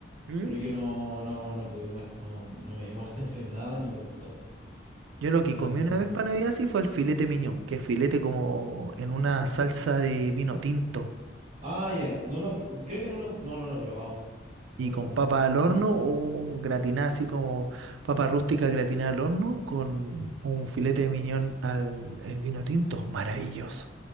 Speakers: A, on the right; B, on the right.
A: ¿Mm?
B: pero yo no, no, no pude comer, no, no me llamó la <laughs> atención nada y no me gustó.
A: Yo
B: Casi
A: lo que
B: nada,
A: comí
B: casi
A: una
B: nada.
A: vez para Navidad sí fue el filete miñón, que es filete como en una salsa de vino tinto
B: Ah, ya, no lo, pr- creo que no lo, no, no lo he probado. Nunca
A: y
B: lo
A: con
B: he probado.
A: papa al horno o gratinada así como papa rústica gratinada al horno con un filete de miñón al el vino tinto. Maravilloso.